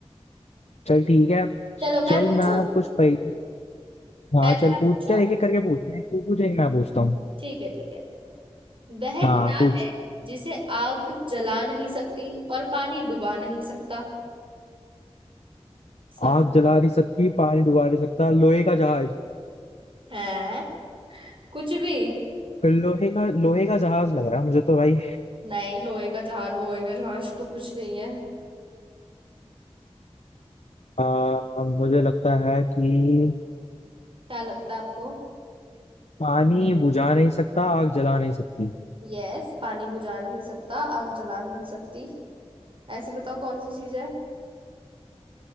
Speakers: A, on the left (about 80°); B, on the right (about 50°).
A: चल ठीक है
B: चलो
A: चल
B: मैं पूछूं
A: मैं कुछ पह... हाँ
B: पहले
A: चल
B: मैं
A: पूछ
B: पूछूं
A: चल एक एक करके पूछते हैं तू पूछ एक मैं पूछता हूँ
B: ठीक है ठीक है वह क्या
A: हाँ पूछ
B: है जिसे आग जला नहीं सकती और पानी डुबा नहीं सकता सोच
A: आग जला नहीं सकती पानी डुबा नहीं सकता लोहे का जहाज
B: है कुछ भी
A: लोहे का लोहे का जहाज लग रहा है मुझे तो भाई
B: नहीं लोहे का जहाज वोहे का जहाज तो कुछ नहीं है
A: अ, मुझे लगता है कि
B: क्या लगता है आपको
A: पानी बुझा नहीं सकता आग जला नहीं सकती
B: यस पानी बुझा नहीं सकता आग जला नहीं सकती ऐसी बताओ कौन सी चीज है